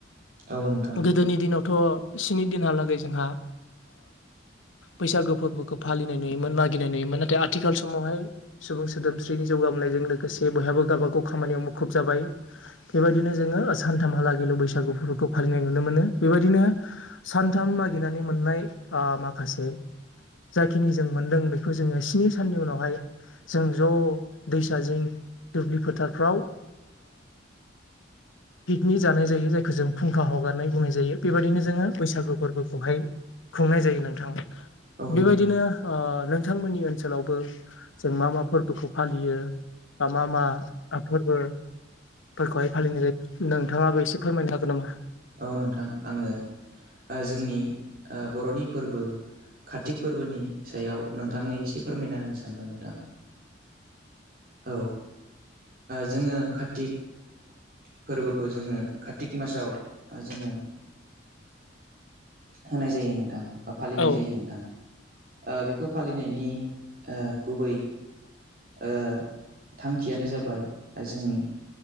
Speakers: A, on the right; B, on the left.
A: औ नोंथां
B: गोदोनि दिनावथ' स्नि दिनहालागै जोंहा। बैसागो फोरबोखौ फालिनाय नुयोमोन मागिनाय नुयोमोन नाथाय आथिखाल समावहाय सुबुं सोदोमस्रिनि जौगाब। लोगोसे बयहाबो गावब गाव खामानियाव मुखुब जाबाय बेबायदिनो जोङो सानथामहालागैल' बैस। बैसागु फोरफोरखौ फालिनाय नुनो मोनो बेबायदिनो। सानथाम मागिनानै मोननाय माखासे। जाखिनि जों मोनदों बेखौ जोङो स्नि साननि उनावहाय। जों ज' दैसा जिोंं दुब्लि फोथारफ्राव। पिकनिक जानाय जायो जायखौ जों फुंखा हगारनाय बुंनाय जायो बेबायदिनो। जोङो बैसागु फोरबोखौहाय खुंनाय जायो नोंथां
A: औ नोंथां औ नोंथां
B: बेबायदिनोों। बिथांमोननि ओनसोलावबो जों मा मा फोरबोखौ फालियो। बा मा मा फोरबो। फोरखौहाय फालिनाय जायो नोंथाङाबो एसे फोरमायनो हागोन नामा?
A: औ नोंथां आङो जोंनि बर'नि फोरबो। कार्तिक फोरबोनि सायाव नोंथांनो एसे फोरमायना होनो सानबाय नोंथां। औ जोङो कारतिक। फोरबोखौ जोङो कारतिक मासाव। जोङो होनाय जायो नोंदां। फालिनाय
B: औ
A: जायो नोंथां बेखौ फालिनायनि गुबै।
B: <inaudible>
A: ओ थांखियानो जाबाय जोंनि